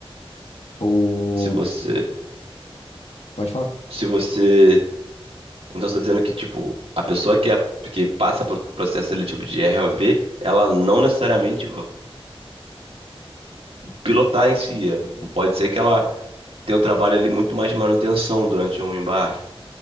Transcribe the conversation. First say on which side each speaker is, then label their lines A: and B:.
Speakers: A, on the left; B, on the right.
A: o.
B: Se você,
A: Pode falar.
B: se você, então você tá dizendo que, tipo, a pessoa que, é- que passa por processo seletivo de ROV, ela não necessariamente vai pilotar em si, É, pode ser que ela Tem o trabalho ali muito mais de manutenção durante um embarque.